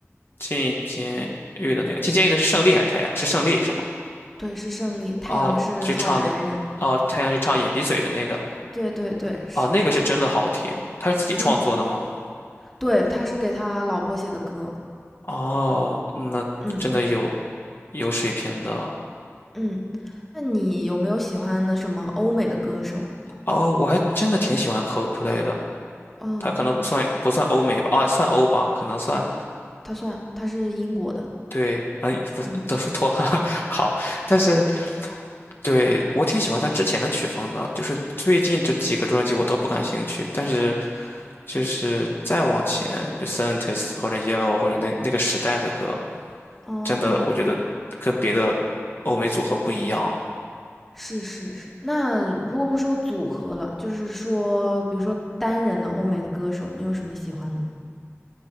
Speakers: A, on the left (about 50°); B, in the centre.
A: 进监狱的那个，进监狱的是胜利还是太阳？是胜利是吗？
B: 对，是胜利，太阳是好男人，
A: 哦，就唱那，哦，太阳就唱眼鼻嘴的那个，
B: 对对对，是他，
A: 哦，那个是真的好听，他是自己创作的吗？
B: 嗯，对，他是给他老婆写的歌，
A: 哦，那真的有
B: 嗯
A: 有水平的
B: 嗯。那你有没有喜欢的什么欧美的歌手啊？
A: 哦，我还真的挺喜欢 Coldplay 的。
B: 哦，
A: 他可能不算不算欧美吧，啊，算欧吧，可能算
B: 他算他是英国的，
A: 对，啊，不是德芙托，
B: 嗯，
A: <laughs> 好，但是对我挺喜欢他之前的曲风的，就是最近这几个专辑我都不感兴趣，但是就是再往前，就 Scientist 或者 Yellow 或者那那个时代的歌，
B: 哦，
A: 真的我觉得跟别的欧美组合不一样。
B: 是是是。那如果不说组合了，就是说，比如说单人的欧美的歌手，你有什么喜欢的吗